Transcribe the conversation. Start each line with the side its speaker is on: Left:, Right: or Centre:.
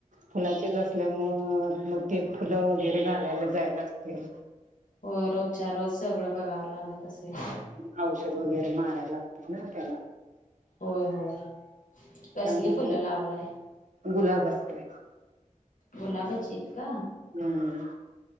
Right: फुलाचीच अस. ल्यामुळं मग ते फुलं वगैरे घालायला जायला लागतंय.
Left: होय रोजच्या रोज सगळं बघावं लागत. असेल
Right: हा औषध वगैरे माराय लागतंय ना त्याला
Left: होय
Right: त्यामुळं
Left: होय कसली फुलं
Right: मग
Left: लावलाय
Right: गुलाब असतोय.
Left: गुलाबाची आहेत का?
Right: हम्